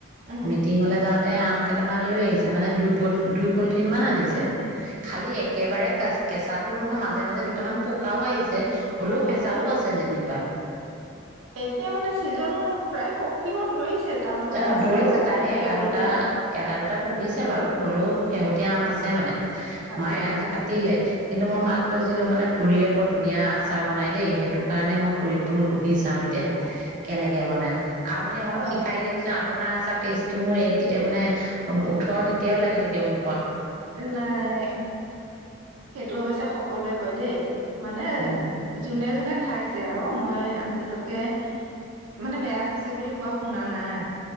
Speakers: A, on the right; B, on the right.
A: উম
B: মিটিংলে যাওঁ তাই আম কেটামান লৈ আহিছে, মানে দুই পত, দুই পলিথিন মান আনিছে। খালী একেবাৰে কেচ, কেঁচাটো নহয়, মাজে মাজে দুটামান পকাও আহিছে। হ'লেও
A: অ
B: কেঁচাও
A: এতিয়া
B: আছে, যেনিবা।
A: এতিয়া মানে ছিজনো, প্ৰায় পকিব ধৰিছে। তাৰ মাজতে
B: অ'
A: আছে
B: ধৰিছে,
A: বাৰু
B: তাৰে এটা
A: শেহতীয়া
B: দুটা, এটা দুটা পকিছে
A: উম
B: বাৰু। হ'লেও শেহতীয়া আম আছে মানে।
A: থাকে
B: মায়ে আজি
A: থাকে
B: কাটিলে কিন্তু মই মাক কৈছিলো মানে খুৰীয়ে বৰ ধুনীয়া আচাৰ বনাই দেই। সে টো কাৰণে মই খুৰীক বোলো সুধি চাও এতিয়া, কেনেকে বনাই আপুনি অকনমান
A: অ
B: শিক খায় দিয়ক চোন আপোনাৰ আচাত টেষ্টটো মোৰ এতি মানে ওঁঠত এতিয়াও লাগি থাকে মূ
A: নাই, সেইটো অৱশ্যে সকলোৱে কয় দেই। মানে
B: উম
A: জোনে জোনে খাইছে আৰু মই আজিলৈকে, মানে বেয়া হৈছে বুলি কোৱা শুনা নাই।